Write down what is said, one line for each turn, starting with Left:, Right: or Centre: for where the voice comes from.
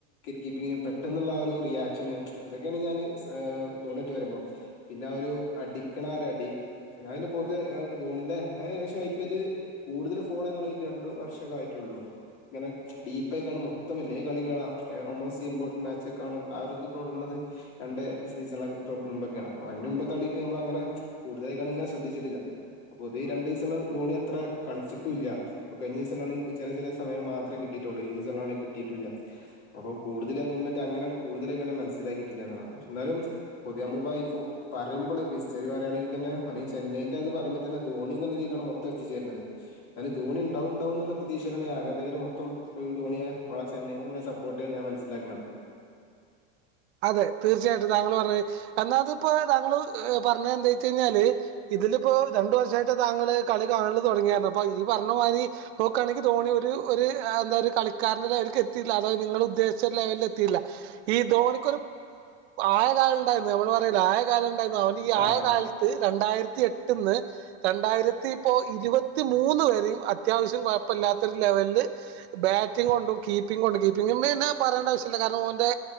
Left: കീപ്പിങ്ങിനും പെട്ടെന്നുള്ള ആ ഒരു റിയാക്ഷന് അതൊക്കെയാണ് ഞാന് ധോണിയായിട്ട് വരുമ്പോൾ പിന്നെ ആ ഒരു അടിക്ക്ണ ആ ഒരു അടി അതിന്റെ പൊതുവേ ധോണിന്റെ ഏകദേശം ഐ പി എല് കൂടുതൽ ഫോളോയ്ത് തൊടങ്ങിട്ട് രണ്ടു വർഷകമായിട്ടുള്ളൂ ഇങ്ങനെ ഡീപ്പായി കാണും മൊത്തം എല്ലാ കളിയും കാണാ ഓൾമോസ്റ്റ് ഇമ്പോർട്ടൻ്റ് മാച്ചൊക്കെ ആ ഒരിത് തൊടങ്ങ്ന്നത് രണ്ട് സീസണ മുമ്പൊക്കെയാണ് അപ്പൊ അതിന് മുമ്പത്തെ കളിക്ക് നമ്മൾ അങ്ങനെ കൂടുതലായികാട്ടങ്ങനെ ശ്രദ്ധിച്ചിട്ടില്ല അപ്പൊ ഇത് ഈ രണ്ട് സീസണില ധോണി അത്ര കളിച്ചിട്ടും ഇല്ല കഴിഞ്ഞ സീസണിലണെങ്കിൽ ചില ചില സയ മാമേ കിട്ടിട്ടുള്ളൂ ഈ സീസണിലാണെങ്കും കിട്ടീട്ടുല്ല അപ്പം കൂടുതലാ ധോണിയിട്ട്ങ്ങനെയ കടുതലായിട്ട് മനസ്സിലാക്കിയിട്ടില്ല എന്നുള്ള എന്നാലും പൊതുവെ നമ്മളിപ്പോ പറയുമ്പോ ഇ ഹസ്റ്ററി പറയയാണെങ്കിൽ തന്നെ അെ ഈ ചെന്നൈൻന്റെത് പറയ്മ്പം തന്നെധോണിള്ള തിക്കാണ് മൊത്തം എത്തിച്ചേര്ന്നത് എന്നാലുംധോണിണ്ടാവുംണ്ടാവും എന്നുള്ള പ്രതീക്ഷയിലാണ് ആരാധകരെ മൊത്തം ധോണിയളെ ചെന്നൈനെങ്ങന സപ്പോർട്ട് ചെയ്ണ മനസ്സിലാക്ക്ണത്
Right: അതെ തീർച്ചയായിട്ടും താങ്കൾ പറഞ്ഞ എന്നാതി ഇപ്പോ താങ്കൾ പറഞ്ഞ എന്താ വെച്ച കഴിഞ്ഞാല് ഇതിലിപ്പോ രണ്ടു വർഷമായിട്ട് താങ്കള് കളി കാണല് തുടങ്ങിയായിരുന്നു അപ്പൊ ഈ പറഞമാതിരി നോക്കാണെങ്കിൽ ധോണി ഒരു എന്താ ഒരു കളിക്കാരന്റെ ലെവലക്ക് എത്തിയില്ല അതത് നിങ്ങൾ ഉദ്ദേശിച്ച ലെവലിൽ എത്തില്ല ഈ ധോണി ഒരു ആയകാലം ഉണ്ടായിരുന്നു നമ്മള് പറല്ല ആയകാലം ഇ അവ ഈ
Left: ആഹ്
Right: ആയ കാലത്ത് ര രണ്ടായിരത്തി എട്ട്ന്ന് രണ്ടായിരത്തി ഇപ്പോ ഇരുപത്തിമൂന്ന് വരെയും അത്യാവശ്യം കുഴപ്പില്ലാത്ത ഒരു ലെവലില് ബാറ്റിംഗ് കൊണ്ടും കീപ്പിംഗ് കൊണ്ടും കീപ്പിംഗ് ന്നെ പറയേണ്ട ആവശ്യല്ല കാരണം ഓന്റെ